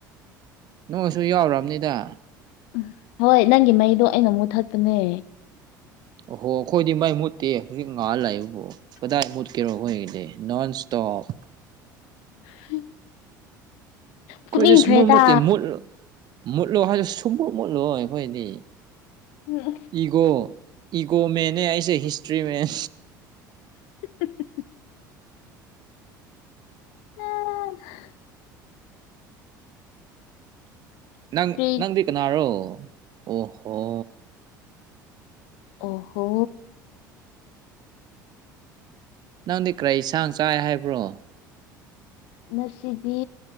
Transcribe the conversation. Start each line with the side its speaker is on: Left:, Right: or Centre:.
Right: ꯅꯣꯡꯁꯨ ꯌꯥꯎꯔꯕꯅꯤꯗ
Left: ꯎꯝ ꯍꯣꯏ ꯅꯪꯒꯤ ꯃꯩꯗꯣ ꯑꯩꯅ ꯃꯨꯊꯠꯄꯅꯦ
Right: ꯑꯍꯣ ꯑꯩꯈꯣꯏꯗꯤ ꯃꯥꯏ ꯃꯨꯠꯇꯦ ꯍꯧꯖꯤꯛ ꯉꯥꯍꯜꯂꯥꯛꯏꯕꯕꯨꯣ ꯀꯗꯥ ꯃꯨꯠ ꯀꯔꯣ ꯑꯣꯏꯣꯏꯗ ꯅꯣ ꯁꯇꯣꯞ
Left: <inaudible> ꯐꯨꯅꯤꯡꯈ꯭ꯔꯦꯗ
Right: ꯀꯣꯏꯗꯤ ꯁꯨꯃꯨꯠ ꯃꯨꯠꯇꯦ ꯃꯨꯠ ꯃꯨꯠꯂꯣ ꯍꯥꯏꯁꯨ ꯁꯨꯝꯃꯨꯠ ꯃꯨꯠꯂꯣꯏ ꯑꯩꯈꯣꯏꯗꯤ
Left: ꯎꯝ
Right: ꯏꯒꯣ ꯏꯒꯣ ꯃꯦꯟꯅꯦ ꯑꯩꯁꯦ ꯍꯤꯁꯇ꯭ꯔꯤ ꯃꯦꯟ
Left: <inaudible> <inaudible>
Right: ꯅꯪ
Left: ꯀ꯭ꯔꯤ
Right: ꯅꯪꯗꯤ ꯀꯅꯥꯔꯣ ꯑꯣꯍꯣ
Left: ꯑꯣ ꯍꯣ
Right: ꯅꯪꯗꯤ ꯀꯔꯤꯁꯥꯡ ꯆꯥꯏ ꯍꯥꯏꯕ꯭ꯔꯣ
Left: ꯉꯁꯤꯗꯤ